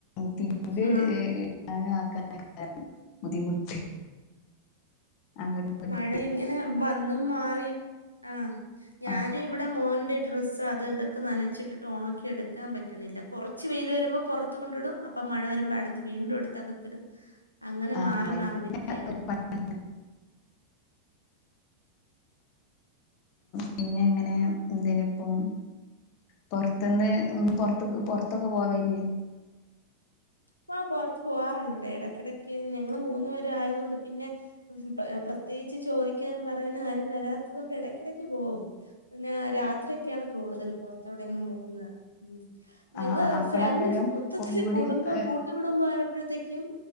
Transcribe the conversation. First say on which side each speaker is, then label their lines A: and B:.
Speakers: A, on the left (about 40°); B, on the left (about 80°).
A: തിര്മ്പി ഇട്
B: മ
A: ഇടാനക്കാരം ബുദ്ധിമുട്ട്. അങ്ങട്ടും ഇങ്ങട്ടും.
B: മഴ ഇങ്ങനെ വന്നും മാറിം ആഹ്. ഞാന്
A: ആ
B: ഇവടെ മോന്റെ ഡ്രസ്സ് അത് ഇതൊക്കെ നനച്ചിട്ടിട്ട് ഒണക്കി എടുക്കാ പറ്റ്ണില്ല. കൊറച്ച് വെയില് വരുമ്പൊ പൊറത്ത് കൊണ്ടിടും അപ്പം മഴ വരുമ്പൊ അടുത്ത് വീണ്ടു എടുത്ത് അകത്തിടും.
A: <inaudible>
B: അങ്ങനെ
A: ആ
B: മാറി മാറി നിക്കയാണ്.
A: <unintelligible> പിന്നെ എങ്ങനേ ഇതിനിപ്പം. പൊറത്ത്ന്ന് പൊറത്ത് പൊറത്തൊക്കെ പോവല്ലേ?
B: ഇപ്പൊ പൊറത്ത് പോവാറുണ്ട്ട്ടോ എടക്കെടക്ക് ഞങ്ങള് മൂന്നു പേരായോണ്ട് പിന്നെ. പ്രത്യേയിച്ച് ചോയിക്കാനും പറയാനും ആരും വരാത്തതോണ്ട് എടക്കടക്ക് പോവും. ന്നാ രാത്രിയൊക്ക്യാണ് കൂടുതല് പൊറത്തെവ്ടെങ്കിലും പോവുന്നേ ഉം. ഞങ്ങള്
A: ആ അപ്പളാക്കാരം
B: ഫാമിലി മൊത്തത്തില്
A: ഒന്നും കൂടി
B: കുടുംബം.
A: ഏ,
B: ട്ടു കുടുംമ്പായപ്പൊഴത്തേക്കും